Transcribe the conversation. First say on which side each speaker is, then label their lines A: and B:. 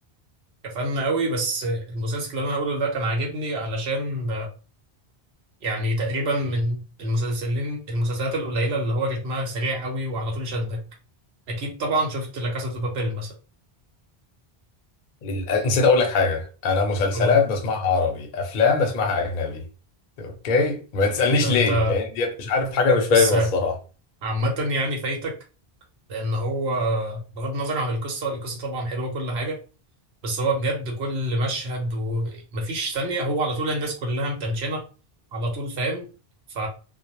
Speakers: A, on the right; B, on the left.
A: كفن قوي بس المسلسل اللي انا هقوله ده كان عاجبني علشان يعني تقريبا من المسلسلين المسلسلات القليله اللي هو رتمها سريع قوي وعلى طول شدك اكيد طبعا شفت لا كاسا دي بابيل مثلا
B: لل- نسيت اقول لك حاجه انا مسلسلات
A: قول
B: بسمعها عربي افلام بسمعها اجنبي اوكي ما تسالنيش
A: ده انت
B: ليه لان دي مش عارف حاجه انا مش
A: بس
B: فاهمها الصراحه
A: عامه يعني فايتك لان هو بغض النظر عن القصه القصه طبعا حلوه كل حاجه بس هو بجد كل مشهد ومفيش ثانية هو على طول الناس كلها متنشنة على طول فاهم ف